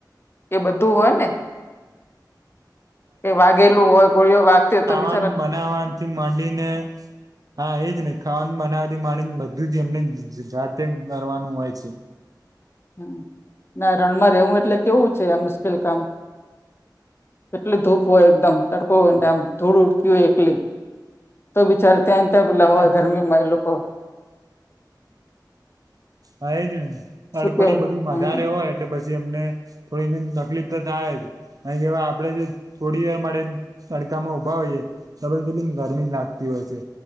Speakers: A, on the left; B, on the right.
A: એ બધું હોય ને. એ વાગેલું હોય ગોળીઓ વાગતી હોય તો બી.
B: અન્ન બનાવવાથી માંડીને. હા એજ ને ખાવાનું બનાવવાથી માડીને બધું જ એમને જાતે કરવારનું હોય છે.
A: હમ્મ, ના રણમાં રહેવું એટલે કેવું છે આ મુશ્કેલ કામ એટલી ધૂપ હોય એકદમ તડકો હોય નેમ ધૂળ ઉડતી હોય એકલી તો બિચાર ત્યાં ત્યાં પેલા
B: હા
A: હોય ગરમીમાં એ લોક
B: હા એજ એ
A: શું
B: તડકો
A: કેવું
B: ની બધું વધારે
A: હમ
B: હોય એટલે બ જેમને થોડીક તકલીફ તો થાય જ. ને કેવાય આપડે જે થોડી વાર માટે તડકામાં ઉભા હોઈએ તો કેટલી ગરમી લાગતી હોય છે